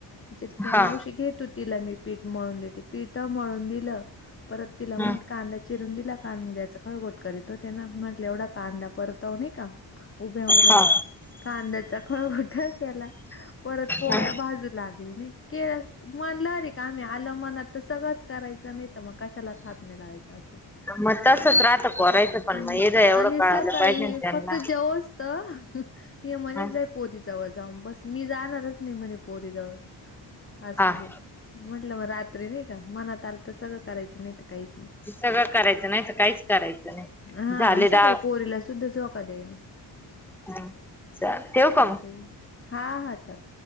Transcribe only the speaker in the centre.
हा
हा
हा
हा.
मग तसच राहतं पोरायचं पण
मग इथं एवढं
कळायला
पाहिजे ना त्यांना.
हा
हा
सगळं करायचं नाही तर काहीच करायचं नाही.
झाले
दहा
हा चालेल ठेऊ का
म?